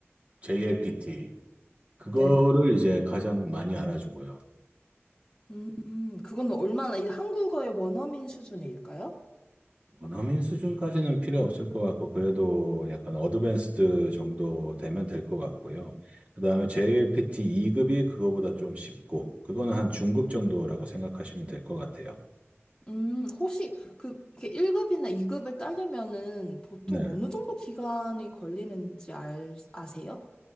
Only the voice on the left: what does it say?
네.
음, 그건 얼마나 이 한국어의 원어민 수준일까요?
음, 혹시 그 이렇게 1급이나 2급을 따려면은 보통
어느 정도 기간이 걸리는지 알, 아세요?